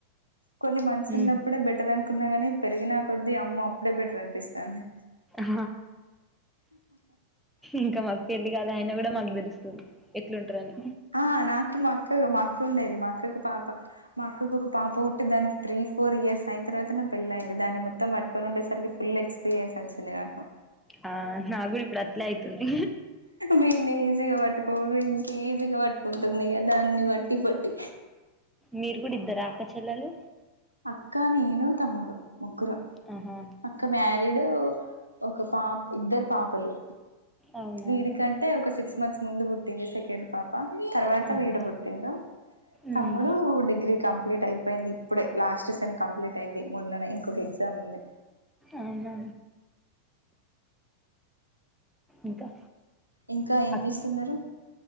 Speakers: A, on the right; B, in the centre.
A: కొన్ని మనసు
B: ఉమ్
A: ఉన్నప్పుడే బెటర్ అనుకున్నా కానీ పెరిగినక కొద్ద్దీ అమ్మ అప్పుడే బెటర్ అనిపిస్తుంది
B: ఆ ఇంకా మాకు పెళ్లి కాల అయిన కూడా మాకు తెలుస్తుంది ఎట్లుంటదని
A: ఆ నాకు మా అక్క మాక్క ఉండేది మా అక్కకు పాప మా అక్కకి ఒక పాప పుట్టి దానికి త్రీ ఫోర్ ఇయర్స్ అయిన తర్వాత నే పెల్లి అయింది దాన్ని మొత్తం పట్టుకని ఉండేసరికి ఫుల్ ఎక్స్పీరియన్స్ వచ్చింది నాకు
B: ఆ నాకు కూడా ఇప్పుడు అట్లే అయితుంది
A: వీడ్ని కో ఈజీగా పట్టుకుంటుంది కదా దాన్ని బట్టి పట్టి
B: మీరు కూడా ఇద్దరు అక్కచెల్లలు
A: అక్కా నేను తమ్ముడు ముగ్గురం
B: ఆహా
A: అక్క మ్యారీడ్ ఒక పా ఇద్దరు పాపలు
B: అవునా
A: వీడి కంటే ఒక సిక్స్ మంత్స్ ముందు పుట్టింది సెకండ్ పాప తర్వాత
B: ఆహా
A: వీడు పుట్టిండు
B: ఉమ్
A: తమ్ముడు డిగ్రీ కంప్ ప్లీట్ అయిపోయింది ఇప్పుడే లాస్ట్ సెమ్ కంప్లీట్ అయింది మొన్ననే ఇంకొక ఎగ్జామ్ ఉంది
B: అవునా ఇంకా
A: ఇంకా ఏం
B: అక్
A: చేస్తున్నారు